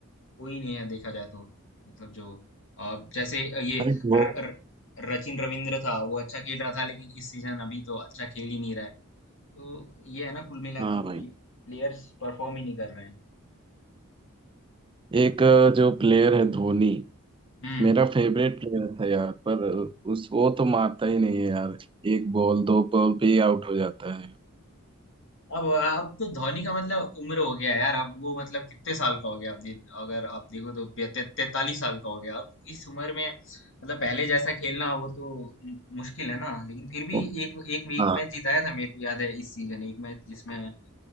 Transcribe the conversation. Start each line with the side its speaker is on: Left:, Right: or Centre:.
Left: कोई नहीं है देखा जाए तो मतलब जो अब जैसे ये
Right: भाई वो
Left: र, र, रचिन रविंद्र था वो अच्छा खेल रहा था लेकिन इस सीजन अभी तो अच्छा खेल ही नहीं रहा है तो ये है ना कुल मिला
Right: हाँ
Left: के
Right: भाई
Left: कि प्लेयर्स परफॉर्म ही नहीं कर रहे हैं
Right: एक अ, जो प्लेयर है धोनी
Left: हम्म
Right: मेरा फेवरेट प्लेयर था यार पर उस वो तो मारता ही नहीं है यार एक बॉल दो बॉल पे ही आउट हो जाता है
Left: अब अब तो धोनी का मतलब उम्र हो गया है यार अब वो मतलब कितने साल का हो गया आप दे, अगर आप देखो तो पे- ते- तैतालीस साल का हो गया अब इस उम्र में मतलब पहले जैसा खेलना वो तो मु- मुश्किल है ना लेकिन फिर भी
Right: ओ,
Left: एक एक एक
Right: हाँ
Left: मैच जिताया था मेरे को याद है इस सीजन एक मैच जिसमें